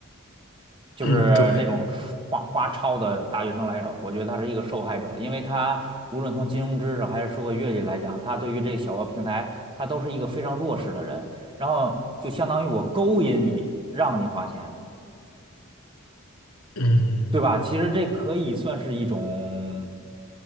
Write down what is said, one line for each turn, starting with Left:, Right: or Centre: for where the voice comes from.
Right: 就是那种花花超的大学生来着，
Left: 嗯，对，
Right: 我觉得他是一个受害者，因为他无论从金融知识还是社会阅历来讲，他对于这小额平台，他都是一个非常弱势的人。然后就相当于我勾引你，让你花钱，
Left: 嗯，
Right: 对吧？其实这可以算是一种